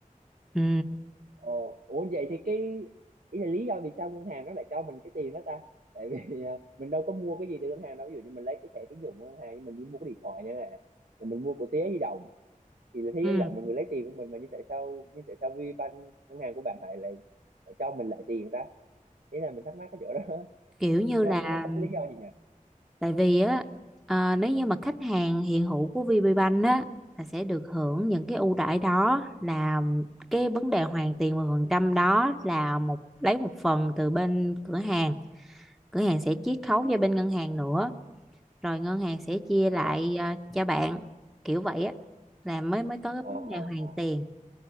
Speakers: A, in the centre; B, on the right.
A: ừ.
B: Ờ, ủa vậy thì cái ý là lý do vì sao ngân hàng nó lại cho mình cái tiền đó ta? Tại vì <laughs> à, mình đâu có mua cái gì từ ngân hàng đâu. Ví dụ như mình lấy cái thẻ tín dụng của ngân hàng, nhưng mình đi mua cái điện thoại chẳng hạn, rồi mình mua của Thế Giới Di Động thì là Thế
A: Ừ.
B: Giới Di Động là người lấy tiền của mình mà nhưng tại sao nhưng tại sao VPBank ngân hàng của bạn lại lại, lại cho mình lại tiền ta? Thế là mình thắc mắc cái chỗ đó
A: kiểu
B: <laughs>
A: như
B: nó
A: là
B: nó có cái lý do gì nhỉ?
A: tại vì á à, nếu như mà khách hàng hiện hữu của VPBank á là sẽ được hưởng những cái ưu đãi đó là cái vấn đề hoàn tiền mười phần trăm đó là một lấy một phần từ bên cửa hàng cửa hàng sẽ chiết khấu cho bên ngân hàng nữa rồi ngân hàng sẽ chia
B: Ờ
A: lại à, cho bạn kiểu vậy á là mới mới có cái
B: ờ
A: vấn đề
B: ờ
A: hoàn
B: ờ.
A: tiền